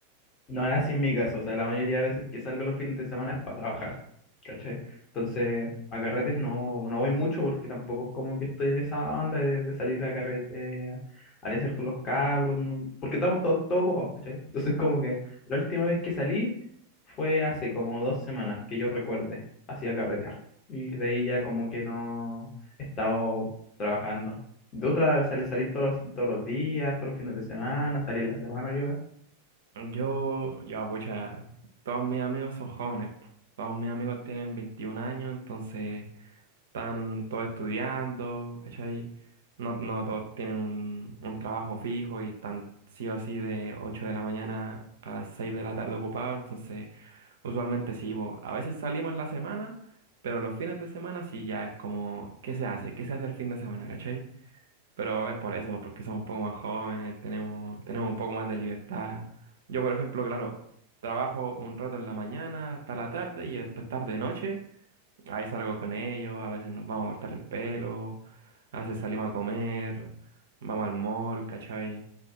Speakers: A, on the left (about 30°); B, on the right (about 60°).
A: no es así en mi caso, o sea, la mayoría de veces que salgo los fines de semana es para trabajar, ¿cachai? Entonces, a carretes no, no voy mucho porque tampoco es como que estoy en esa banda de, de salir a carrete, a a hacer con los cabros, no- porque estamos todos, todos ocupados, ¿cachai? Entonces, como que la última vez que salí fue hace como dos semanas que yo recuerde, así a carretear. Y de ahí ya como que no he estado trabajando. De otra, salí, salí todos los, todos los días, todos los fines de semana, salí en la semana,
B: Yo, yo, pucha, todos mis amigos son jóvenes. po. Todos mis amigos tienen 21 años, entonces están todos estudiando, ¿cachai? No, no todos tienen un, un trabajo fijo y están sí o sí de 8 de la mañana a 6 de la tarde ocupados, entonces usualmente sí, po. A veces salimos en la semana, pero los fines de semana sí ya es como, ¿qué se hace? ¿Qué se hace el fin de semana, ¿cachai? Pero es por eso, porque somos un poco más jóvenes, tenemos, tenemos un poco más de libertad. Yo, por ejemplo, claro, trabajo un rato en la mañana hasta la tarde y después tarde noche. Ahí salgo con ellos, a veces nos vamos a cortar el pelo, a veces salimos a comer, vamos al mall, ¿cachai?